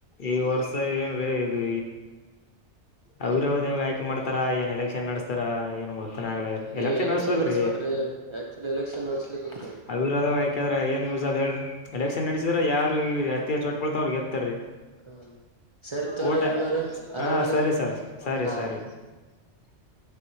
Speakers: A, on the left; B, on the right.
A: ಈ ವರ್ಷ ಏನ್ರೀ ಇದು ಅವ್ರ ಅವಾಗ ಆಯ್ಕೆ ಮಾಡ್ತಾರ ಏನ್ ಎಲೆಕ್ಷನ್ ನಡೆಸ್ತಾರ ಏನ್ ಗ <unintelligible> ಆಗ್
B: ಈ
A: ಎಲೆಕ್ಷನ್ ನಡೆಸ್ಬೇಕ್ರೀ
B: ನಡಸ್ಬೇಕ್ರೀ ಆಕ್ಚುಲಿ ಎಲೆಕ್ಷನ್ ನಡಸ್ಲೇಬೇಕ್ರಿ
A: ಅವಿರೋಧ ಆಯಕಾದ್ರೆ ಏನ್ ದ ಎ <unintelligible> ಎಲೆಕ್ಷನ್ ನಡೆಸಿದ್ರ ಯಾರ ಅತಿಯ ಚೋಟ್ ಬಳ್ತ ಅವ್ರಿಗೆ ಗೆತ್ತತಾರೀ
B: ಹ ಸರಿ ತೋರಿ
A: ಊಟ <unintelligible>
B: ಅಣ್ಣಾವ್ರ ಆರಾಮ
A: ಹಾ ಸರಿ ಸರಿ ಸರಿ
B: ರೀ.
A: ಸರಿ <unintelligible>